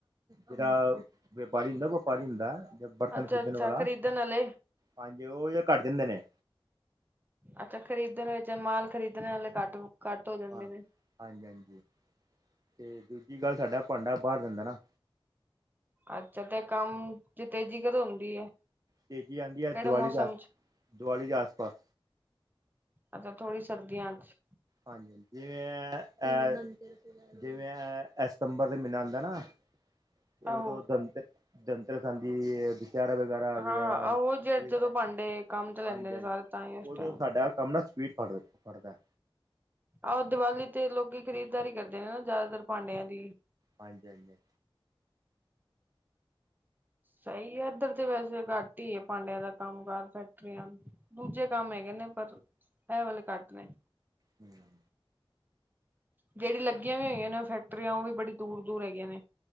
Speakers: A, on the right (about 40°); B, on the right (about 20°).
A: ਜਿਹੜਾ ਵੇਪਾਰੀ ਹੁੰਦਾ ਵਪਾਰੀ ਹੁੰਦਾ ਜਿਹੜਾ ਬਰਤਨ
B: ਅੱਛਾ
A: ਖਰੀਦਣ
B: ਅੱਛਾ
A: ਵਾਲਾ।
B: ਖਰੀਦਣ ਵਾਲੇ
A: ਹਾਂਜੀ ਉਹ ਘੱਟ ਜਾਂਦੇ ਨੇ।
B: ਅੱਛਾ ਖਰੀਦਣ ਵਿੱਚ ਮਾਲ ਖਰੀਦਣ ਵਾਲੇ ਘੱਟ ਘੱਟ ਹੋ ਜਾਂਦੇ
A: ਹਾਂ
B: ਨੇ।
A: ਹਾਂਜੀ ਹਾਂਜੀ ਤੇ ਦੂਜੀ ਗੱਲ ਸਾਡਾ ਭਾਂਡਾ ਬਾਹਰ ਜਾਂਦਾ ਨਾ।
B: ਅੱਛਾ ਤੇ ਕੰਮ 'ਚ ਤੇਜ਼ੀ ਕਦੋਂ ਹੁੰਦੀ ਹੈ।
A: ਤੇਜ਼ੀ ਆਉਂਦੀ ਹੈ
B: ਕਿਹੜੇ
A: ਦਿਵਾਲੀ
B: ਮੌਸਮ
A: ਦੇ ਆਸ
B: ਚ
A: ਦਿਵਾਲੀ ਦੇ ਆਸ ਪਾਸ।
B: ਅੱਛਾ ਥੋੜੀ ਸਰਦੀਆਂ 'ਚ।
A: ਹਾਂਜੀ ਹਾਂਜੀ ਹਾਂ ਜਿਵੇਂ ਜਿਵੇਂ ਸਤੰਬਰ ਦੇ ਮਹੀਨਾ ਹੁੰਦਾਂ ਨਾ। ਇਹ
B: ਆਹੋ
A: ਓਦੋਂ ਧਨ ਧੰਨਤੇਰਸ ਆਉਂਦੀ ਵਗੈਰਾ ਵਿਆਹ
B: ਹਾਂ
A: ਆਏ
B: ਉਹ
A: ਆ ਹਾਂਜੀ
B: ਜ ਜਦੋਂ ਭਾਂਡੇ ਕੰਮ ਤੇ ਲੈਂਦੇ ਨੇ
A: ਹਾਂਜੀ
B: ਸਾਰੇ ਤਾਂ ਹੀ ਉਸ
A: ਉਦੋਂ
B: ਟਾਈਮ
A: ਸਾਡਾ ਕੰਮ ਨਾ ਸਪੀਡ ਫੜ ਪੜਦਾ।
B: ਆਹ ਦੀਵਾਲੀ ਤੇ ਲੋਕੀ ਖਰੀਦਦਾਰੀ ਕਰਦੇ ਨੇ ਨਾ, ਜ਼ਿਆਦਾਤਰ ਭਾਂਡਿਆਂ ਦੀ।
A: ਹਾਂਜੀ-ਹਾਂਜੀ-ਹਾਂਜੀ।
B: ਸਹੀ ਹੈ, ਇੱਧਰ ਤੇ ਵੈਸੇ ਘੱਟ ਹੀ ਹੈ, ਭਾਂਡਿਆਂ ਦਾ ਕੰਮ-ਕਾਰ, ਫੈਕਟਰੀਆਂ ਦੂਜੇ ਕੰਮ ਹੈਗੇ ਨੇ, ਪਰ ਐ ਵਾਲੇ ਘੱਟ ਨੇ।
A: ਹਮ।
B: ਜਿਹੜੀ ਲੱਗੀਆਂ ਵੀ ਹੇਗੀਆਂ ਨੇ ਫੈਕਟਰੀਆਂ, ਉਹ ਵੀ ਬੜੀ ਦੂਰ ਦੂਰ ਹੈਗੀਆਂ ਨੇ।